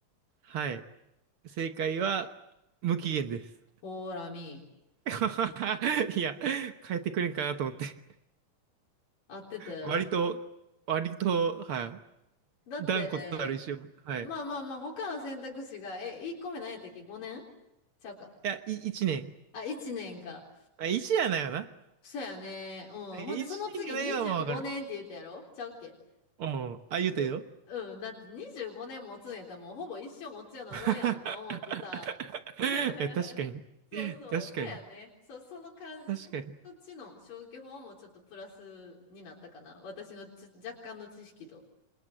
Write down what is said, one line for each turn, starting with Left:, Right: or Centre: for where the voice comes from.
Right: はい。正解は、無期限です。
Left: ほーらみ、
Right: <laughs> いや、変えてくれんかなと思って。
Left: 合ってたやろ。
Right: 割と、割と、は
Left: だって、
Right: い。断固たる意志を。はい。
Left: まあまあまあ、
Right: い
Left: 他の選択肢が、え、1個目何やったっけ ?5 年ちゃうか。
Right: や、い、一年。
Left: あ、1年か。
Right: あ、一じゃないよな。
Left: そうやね。うん。
Right: え一年がないはまあわかる。
Left: ほんで、その次25年って言ったやろちゃうっけ
Right: うん。あ、言うたよ。
Left: に、うん、だって25年持つんやったらもうほぼ一生持つようなもんやろって思ってさ。
Right: <laughs>
Left: <laughs>
Right: いや、確かに。
Left: そうそう、
Right: 確かに。
Left: そうやね。そう、その感じ、
Right: 確かに。
Left: そっちの消去法もちょっとプラスになったかな。私のちょ若干の知識と。